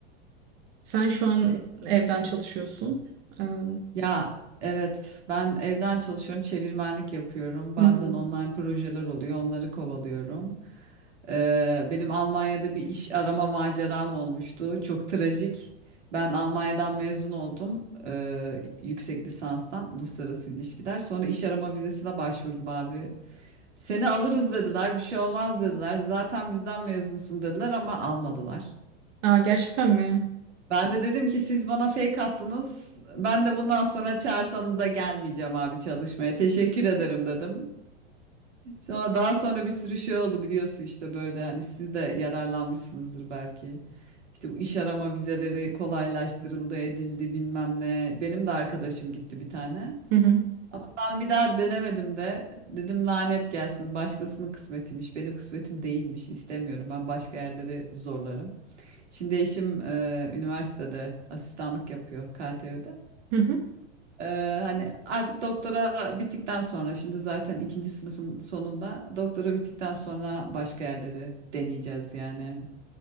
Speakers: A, on the right; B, on the right.
A: Sen şu an
B: Ve
A: evden çalışıyorsun. Ee,
B: Ya evet ben evden çalışıyorum, çevirmenlik yapıyorum. Bazen
A: Hı hı.
B: online projeler oluyor, onları kovalıyorum. Ee, benim Almanya'da bir iş arama maceram olmuştu. Çok trajik. Ben Almanya'dan mezun oldum ee, yüksek lisanstan uluslararası ilişkiler. Sonra iş arama vizesine başvurdum abi. Seni alırız dediler, bir şey olmaz dediler. Zaten bizden mezunsun dediler ama almadılar.
A: Aa, gerçekten mi?
B: Ben de dedim ki siz bana fake attınız. Ben de bundan sonra çağırsanız da gelmeyeceğim abi çalışmaya. Teşekkür ederim dedim. Sonra daha sonra bir sürü şey oldu biliyorsun işte böyle hani siz de yararlanmışsınızdır belki. İşte bu iş arama vizeleri kolaylaştırıldı, edildi bilmem ne. Benim de arkadaşım gitti bir tane.
A: Hı hı.
B: Ama ben bir daha denemedim de dedim lanet gelsin başkasının kısmetiymiş. Benim kısmetim değilmiş. istemiyorum. Ben başka yerleri zorlarım. Şimdi eşim e, üniversitede asistanlık yapıyor KTÜ'de.
A: Hı hı.
B: E, hani artık doktora bittikten sonra şimdi zaten ikinci sınıfın sonunda doktora bittikten sonra başka yerleri deneyeceğiz yani.